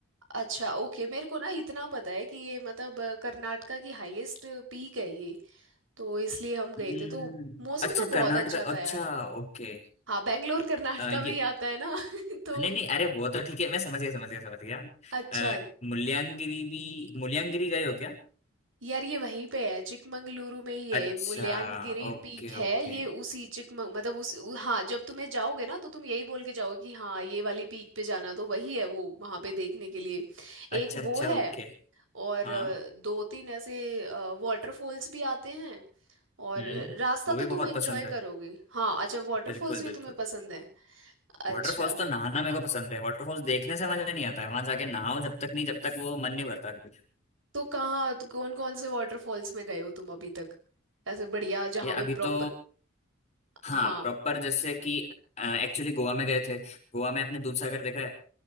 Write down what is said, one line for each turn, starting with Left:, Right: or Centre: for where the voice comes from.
Right: अच्छा ओके मेरे को ना इतना पता है कि ये मतलब अ, कर्नाटका की हाईएस्ट पीक है ये तो इसलिए हम गए
Left: हम्म,
Right: थे तो मौसम
Left: अच्छा
Right: तो बहुत
Left: कर्नाटक
Right: अच्छा
Left: अच्छा
Right: था यार
Left: ओके
Right: हाँ बेंगलोर कर्नाटका
Left: अ, ये
Right: में ही आता है ना <laughs> तो
Left: नहीं नहीं अरे वो तो ठीक है मैं समझ गया समझ गया समझ गया
Right: अच्छा
Left: अ, मुल्यांगिरी भी मुल्यांगिरी गए हो क्या
Right: यार ये वहीं पे है चिकमंगलुरु में ही है
Left: अच्छा
Right: मुल्यानगिरी
Left: Okay
Right: पीक है
Left: okay
Right: ये उसी चिकमंग मतलब उस उ, हाँ जब तुम्हें जाओगे ना तो तुम यही बोल के जाओगे कि हाँ ये वाली पीक पे जाना तो वही है वो वहाँ पे देखने के लिए
Left: अच्छा
Right: एक वो
Left: अच्छा
Right: है
Left: ओके
Right: और
Left: हाँ
Right: अ, दो तीन ऐसे वाटरफॉल्स भी आते हैं और
Left: हम्म
Right: अ, रास्ता
Left: वो
Right: तो
Left: भी
Right: तुम
Left: बहुत
Right: एंजॉय
Left: पसंद है
Right: करोगे हाँ अच्छा वाटरफॉल्स
Left: बिल्कुल
Right: भी
Left: बिल्कुल
Right: तुम्हें पसंद है अच्छा
Left: वाटरफॉल्स तो नहाना मेरे को पसंद है वाटरफॉल्स देखने से मजा नहीं आता है वहां जाके नहाओ जब तक नहीं जब तक वो मन नहीं भरता फिर
Right: तो कहाँ तो कौन कौन से वाटरफॉल्स में गए हो तुम अभी तक ऐसे बढ़िया जहाँ
Left: ये अभी
Right: पे प्रॉपर
Left: तो हाँ
Right: हाँ
Left: प्रॉपर जैसे कि एक्चुअली गोवा में गए थे गोवा में आपने दूधसागर देखा है